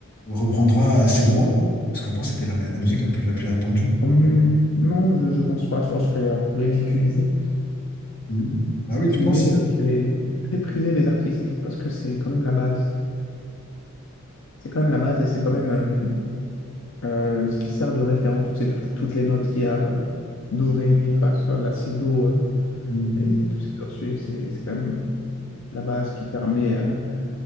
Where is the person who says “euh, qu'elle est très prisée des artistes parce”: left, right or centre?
Left